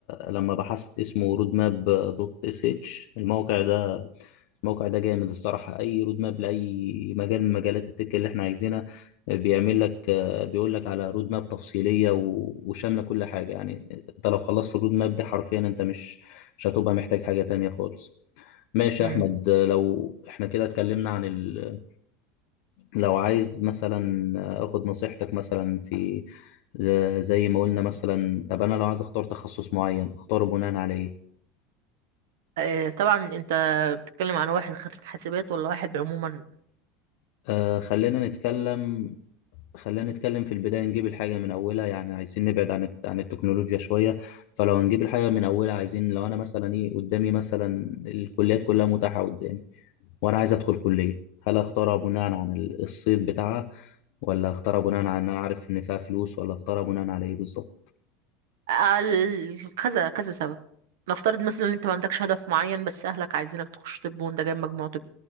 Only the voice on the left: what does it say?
لما بحثت اسمه رود ماب دوت اس اتش الموقع ده الموقع ده جامد الصراحة أي رود ماب لأي مجال من مجالات التك اللي إحنا عايزينها بيعمل لك بيقول لك على رود ماب تفصيلية و- وشاملة كل حاجة يعني أنت لو خلصت الرود ماب دي حرفيا أنت مش مش هتبقى محتاج حاجة تانية خالص ماشي
يا أحمد لو إحنا كده اتكلمنا عن ال... لو عايز مثلا آخد نصيحتك مثلا في زي ما قلنا مثلا طب أنا لو عايز أختار تخصص معين أختاره بناء على إيه؟
آه خلينا نتكلم خلينا نتكلم في البداية نجيب الحاجة من أولها يعني عايزين نبعد عن الت- عن التكنولوجيا شوية فلو هنجيب الحاجة من أولها عايزين لو أنا مثلا إيه قدامي مثلا الكليات كلها متاحة قدامي وأنا عايز أدخل كلية هل أختارها بناء عن ال- الصيت بتاعها ولا أختارها بناء على إن أنا عارف إن فيها فلوس ولا أختارها بناء على إيه بالظبط؟